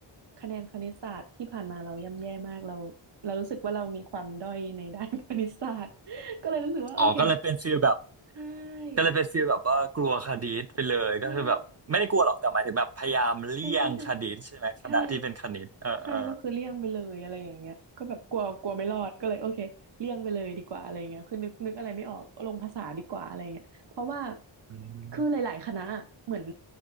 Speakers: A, on the right; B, on the right.
A: คะแนนคณิตศาสตร์ที่ผ่านมาเราย่ำแย่มากเราเรารู้สึกว่าเรามีความด้อยในด้าน <laughs> คณิตศาสตร์ก็เลยรู้สึกว่าโอเค
B: อ๋อก็เลยเป็นฟีลแบบ
A: ใช่
B: ก็เลยเป็นฟีลแบบว่ากลัวคดีตไปเลยก็คือแบบไม่ได้กลัวหรอกแต่หมายถึงแบบพยายามเลี่ยงคดีตใช่ไหมคณะที่เป็นคณิตเออเออ
A: ใช่ใช่ใช่ใช่ใช่ใช่ก็คือเลี่ยงไปเลยอะไรอย่างเงี้ยก็แบบกลัวกลัวไม่รอดก็เลยโอเคเลี่ยงไปเลยดีกว่าอะไรเงี้ยคือนึกนึกอะไรไม่ออกลงภาษาดีกว่าอะไรเงี้ยเพราะว่า
B: อืม
A: คือหลายๆคณะอะเหมือน